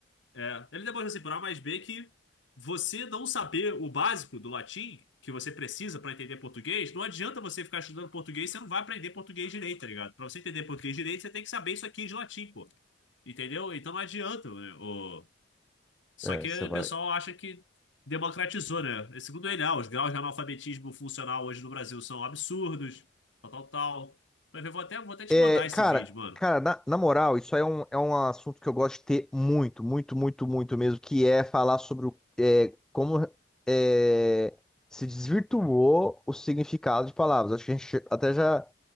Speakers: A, on the left; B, in the centre.
A: é, ele demonstra assim, por A mais B, que você não saber o básico do latim, que você precisa para entender português, não adianta você ficar estudando português, você não vai aprender português direito, tá ligado? Para você entender português direito, você tem que saber isso aqui de latim, pô. Entendeu? Então não adianta, né? O... Só
B: É,
A: que
B: você
A: o
B: vai.
A: pessoal acha que democratizou, né? E Segundo ele, ah, os graus de analfabetismo funcional hoje no Brasil são absurdos, tal, tal, tal. Mas eu vou até, vou até te
B: É,
A: mandar esse
B: cara,
A: vídeo, mano.
B: cara, na, na moral, isso aí é um, é um assunto que eu gosto de ter muito, muito, muito, muito mesmo, que é falar sobre o, é, como é, se desvirtuou o significado de palavras. Acho que a gente até já,